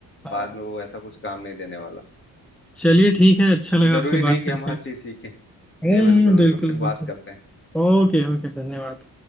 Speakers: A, in the centre; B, on the left.
A: हाँ।
B: बाद में वो ऐसा कुछ काम नहीं देने वाला
A: चलिए ठीक है अच्छा लगा
B: जरूरी
A: आपसे बात
B: नहीं कि
A: करके
B: हम हर चीज सीखें
A: हम्म
B: जी बिल्कुल
A: हम्म, बिल्कुल
B: बिल्कुल फिर
A: बिल्कुल
B: बात करते हैं
A: ओके ओके धन्यवाद